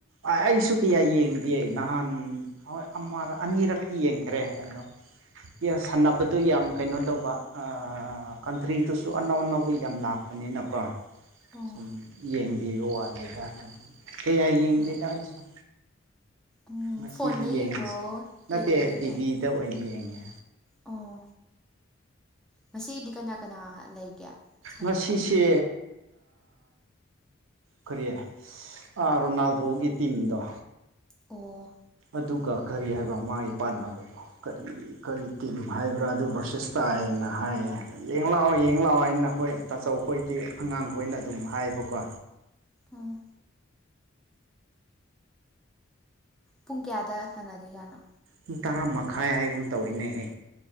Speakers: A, on the right (about 75°); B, in the centre.
A: ꯑ ꯑꯩꯁꯨ ꯀꯌꯥ ꯌꯦꯡꯗꯦ ꯅꯍꯥꯟ ꯍꯣꯏ ꯑꯅꯤꯔꯛꯇꯤ ꯌꯦꯡꯈ꯭ꯔꯦ ꯑꯗꯣ ꯁꯥꯟꯅꯕꯗꯨ ꯌꯥꯝ ꯀꯩꯅꯣ ꯇꯧꯕ ꯀꯟꯇ꯭ꯔꯤꯗꯨꯁꯨ ꯑꯅꯧ ꯑꯅꯧꯕ ꯌꯥꯝ ꯂꯥꯛꯄ ꯅꯤꯅꯀꯣ
B: ꯑꯣ
A: ꯁꯨꯝ ꯌꯦꯡꯕꯤꯕ ꯋꯥꯅꯤꯗ ꯑꯗꯨꯝ ꯀ ꯌꯥꯏ
B: ꯍꯣꯏ
A: ꯇꯁ
B: ꯎꯝ
A: ꯉꯁꯤꯗꯤ
B: ꯐꯣꯟꯗ
A: ꯌꯦꯡꯁꯦ
B: ꯌꯦꯡꯕ꯭ꯔꯣ ꯀꯩꯗꯒ
A: ꯅꯠꯇꯦ
B: ꯌꯦꯡꯒꯦ
A: ꯇꯤꯚꯤꯗ ꯑꯣꯏꯅ ꯌꯦꯡꯉꯦ
B: ꯑꯣ ꯉꯁꯤꯒꯤꯗꯤ ꯀꯅꯥ ꯀꯅꯥ ꯂꯩꯒꯦ ꯁꯥꯟꯅꯕ
A: ꯃ ꯁꯤꯁꯦ ꯀꯔꯤꯌꯦ ꯔꯣꯅꯥꯜꯗꯣꯒꯤ ꯇꯤꯝꯗꯣ
B: ꯑꯣ
A: ꯑꯗꯨꯒ ꯀꯔꯤ ꯍꯥꯏꯕ ꯃꯥꯒꯤ ꯄꯥꯟꯅꯕꯗꯣ ꯀꯔꯤ ꯀꯔꯤ ꯇꯤꯝ ꯍꯥꯏꯕ꯭ꯔꯥ ꯑꯗꯨ ꯁꯤꯁ ꯇꯥꯏꯅ ꯍꯥꯏꯌꯦ ꯑꯗ ꯌꯦꯡ ꯂꯥꯛꯑꯣ ꯌꯦꯡ ꯂꯥꯛꯑꯣ ꯍꯥꯏꯅ ꯑꯩꯈꯣꯏ ꯇꯥꯆꯧ ꯈꯣꯏꯒꯤ ꯑꯉꯥꯡꯈꯣꯏꯅ ꯑꯗꯨꯝ ꯍꯥꯏꯕꯀꯣ
B: ꯑꯥ ꯄꯨꯡ ꯀꯌꯥꯗ ꯁꯥꯟꯅꯗꯣꯏꯖꯅꯣ
A: ꯄꯨꯡ ꯇꯔꯥ ꯃꯈꯥꯏ ꯍꯥꯏꯒꯨꯝ ꯇꯧꯋꯤꯅꯦꯍꯦ